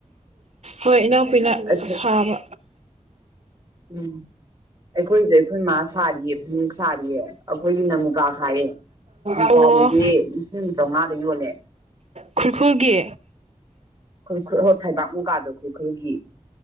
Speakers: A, on the right; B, on the right.
A: ꯍꯣꯏ ꯏꯅꯥꯎꯄꯤꯅ
B: ꯑꯩꯈꯣꯏ
A: ꯁꯥꯕ
B: ꯎꯝ ꯑꯩꯈꯣꯏꯁꯦ ꯑꯩꯈꯣꯏ ꯃꯥ ꯁꯥꯔꯤꯌꯦ ꯐꯅꯨꯛ ꯁꯥꯔꯤꯌꯦ ꯑꯩꯈꯣꯏꯒꯤ ꯅꯃꯨꯀꯥ ꯁꯥꯥꯏꯌꯦ ꯅꯨꯡꯁꯒꯤꯗꯤ
A: ꯑꯣ
B: ꯂꯤꯁꯤꯡ ꯆꯥꯃꯉꯥꯗ ꯌꯣꯜꯂꯦ
A: ꯈꯨꯔꯈꯨꯜꯒꯤ
B: ꯑꯩꯈꯣꯏ ꯍꯣꯏ ꯊꯩꯕꯥꯛ ꯃꯨꯒꯥꯥꯗꯣ ꯑꯩꯈꯣꯏꯈꯔꯣꯏꯒꯤ